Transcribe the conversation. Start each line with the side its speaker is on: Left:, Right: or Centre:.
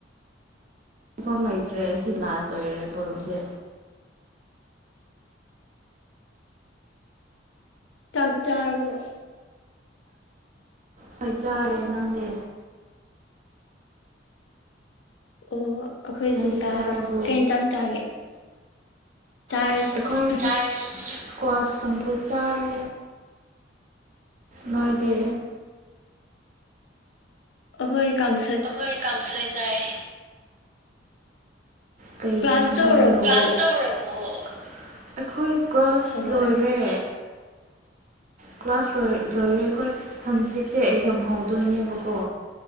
Right: ꯁꯐꯝ ꯂꯩꯇ꯭ꯔꯦ ꯑꯁꯤ ꯂꯥꯔꯖ ꯑꯣꯏꯔꯦ ꯕꯣꯂꯨꯝꯁꯦ
Left: ꯆꯥꯛ ꯆꯥꯔꯕꯣ
Right: ꯍꯣꯏ ꯆꯔꯦ ꯅꯪꯗꯤ
Left: ꯑꯣ ꯑꯩꯈꯣꯏꯁꯨ
Right: ꯅꯪꯗꯤ
Left: ꯆꯥꯔꯦ
Right: ꯆꯥꯔꯕꯣ
Left: ꯀꯩ ꯌꯦꯟꯁꯥꯡ ꯆꯥꯒꯦ ꯆꯥꯔꯦ
Right: ꯑꯩꯈꯣꯏ
Left: ꯁꯤꯁꯇꯔ
Right: ꯏꯁꯀ꯭ꯋꯥꯁ ꯁꯝꯄꯨ ꯆꯥꯏ ꯅꯣꯏꯗꯤ
Left: ꯑꯣ ꯑꯈꯣꯏ ꯀꯥꯡ
Right: ꯑꯈꯣꯏ ꯀꯥꯡꯁꯣꯏ ꯆꯥꯏ ꯀꯔꯤ
Left: ꯀ꯭ꯂꯥꯁ
Right: ꯀꯥꯡꯁꯣꯏꯅꯣ
Left: ꯇꯧꯔꯕꯣ
Right: ꯀꯂ꯭ꯥꯁ ꯇꯧꯔꯕꯔꯣ ꯑꯈꯣꯏ ꯀꯂ꯭ꯥꯁ
Left: ꯍꯋꯥꯏ
Right: ꯂꯣꯏꯔꯦ
Left: <inaudible>
Right: ꯀ꯭ꯂꯥꯁ ꯂꯣꯏꯔꯦ ꯑꯈꯣꯏ ꯍꯪꯆꯤꯠꯁꯦ ꯑꯦꯛꯖꯥꯝ ꯍꯧꯗꯣꯏꯅꯦꯕꯀꯣ